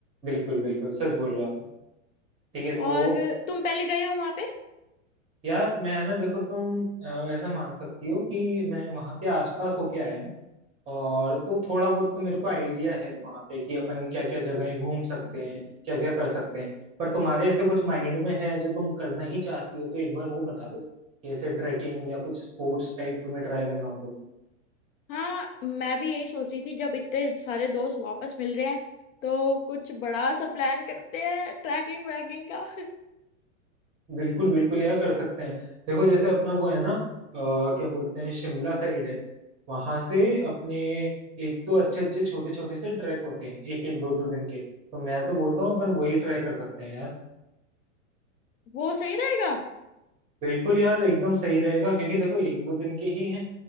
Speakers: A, on the right; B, on the left.
A: बिल्कुल बिल्कुल सच बोल रहा हूँ ठीक है तो
B: और तुम पहले गए हो वहां पे
A: यार मैं ना देखो तुम अ, ऐसा मान सकती हो कि मैं वहाँ के आसपास होके आया हूँ और तो थोड़ा बहुत तो मेरे को आइडिया है वहाँ पे कि अपन क्या क्या जगहें घूम सकते हैं क्या क्या कर सकते हैं पर तुम्हारे ऐसे कुछ माइंड में है जो तुम करना ही चाहती हो तो एक बार वो बता दो कि ऐसे ट्रैकिंग या कुछ स्पोर्ट्स टाइप तुम्हें ट्राई करना हो तो।
B: हाँ मैं भी यही सोच रही थी जब इतने सारे दोस्त वापस मिल रहे हैं तो कुछ बड़ा सा प्लान करते हैं ट्रैकिंग वैकिंग का <laughs>
A: बिल्कुल बिल्कुल यार कर सकते हैं देखो जैसे अपना वो है ना अ, क्या बोलते हैं शिमला साइड है वहां से अपने एक तो अच्छे अच्छे छोटे छोटे से ट्रैक होते हैं एक एक दो दो दिन के तो मैं तो बोलता हूँ अपन वही ट्राई कर सकते हैं यार
B: वो सही रहेगा
A: बिल्कुल यार एकदम सही रहेगा क्योंकि देखो एक दो दिन के ही हैं